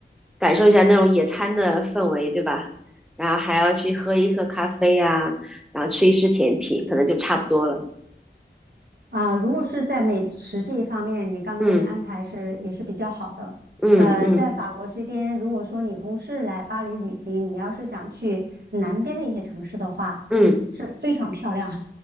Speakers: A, in the centre; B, on the right.
A: 感受一下那种野餐的氛围，对吧？然后还要去喝一喝咖啡啊，然后吃一吃甜品，可能就差不多了。
B: 啊，如果是在美食这一方面，你刚刚那个安排是也是比较好的。
A: 嗯嗯嗯
B: 呃，在法国这边，如果说你不是来巴黎旅行，你要是想去南边的一些城市的话，
A: 嗯，
B: 是非常漂亮。